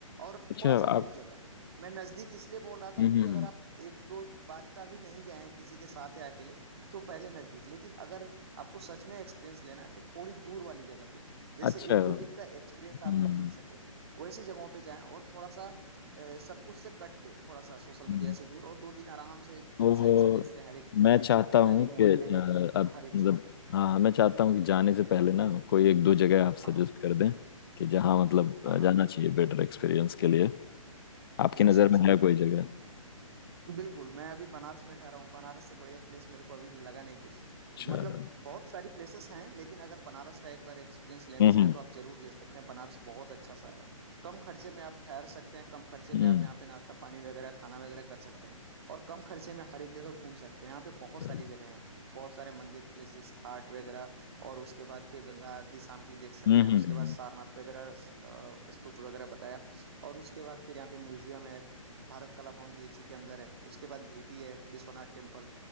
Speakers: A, on the right (about 50°); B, on the left (about 40°).
A: और
B: अच्छा
A: थोड़ा सा
B: आप
A: दूर जगह पे मैं नजदीक इसलिए बोल रहा था
B: हम्म
A: क्योंकि
B: हम्म,
A: अगर
B: हम्म।
A: आप एक दो बार का भी नहीं गए हैं किसी के साथ या अकेले तो पहले नजदीक लेकिन अगर आपको सच में एक्सपीरियंस लेना है तो थोड़ी दूर वाली जगह पे जैसे
B: अच्छा
A: एक
B: हम्म
A: दो दिन का एक्सपीरियंस आपको
B: हम्म
A: मिल सके वैसी जगहों पे जाएं और थोड़ा सा अ, सब कुछ से कट के थोड़ा सा सोशल
B: हम्म।
A: मीडिया से दूर और दो दिन आराम से थोड़ा
B: तो
A: सा एक्सपीरियंस ले हर एक चीज
B: मैं
A: का
B: चाहता हूँ
A: गली मोहल्ले
B: कि अ, अब
A: हर एक
B: मतलब
A: चीज का
B: हाँ हाँ, मैं चाहता हूँ कि जाने से पहले ना कोई एक दो जगह आप सजेस्ट
A: हाँ
B: कर दें कि जहाँ मतलब अ,
A: हाँ हाँ,
B: जाना चाहिए बेटर एक्सपीरियंस के लिए आपकी
A: अच्छा
B: नज़र
A: अच्छा
B: में है कोई जगह
A: बिल्कुल मैं अभी बनारस में ठहरा हूँ बनारस से बढ़िया प्लेस मेरे को अभी लगा नहीं कुछ तो
B: चलो
A: मतलब बहुत सारी प्लेसेस हैं लेकिन अगर बनारस का एक बार एक्सपीरियंस लेना
B: हम्म
A: चाहें
B: हम्म
A: तो आप जरूर ले सकते हैं बनारस बहुत अच्छा शहर है कम खर्चे में आप ठहर सकते हैं कम खर्चे
B: हम्म,
A: में आप यहाँ पे नाश्ता पानी वगैरह खाना वगैरह कर सकते हैं और कम खर्चे में हर एक जगह घूम सकते हैं यहाँ पे बहुत
B: चलो
A: सारी जगह हैं बहुत सारे मंदिर प्लेसेस घाट वगैरह और उसके बाद फिर गंगा आरती शाम की देख सकते
B: हम्म हम्म
A: हैं उसके
B: हम्म,
A: बाद सारनाथ वगैरह अ, स्तूप वगैरह बताया और उसके बाद फिर यहाँ पे म्यूजियम है भारत कला भवन बीएचयू के अंदर है उसके बाद भीटी है विश्वनाथ टेम्पल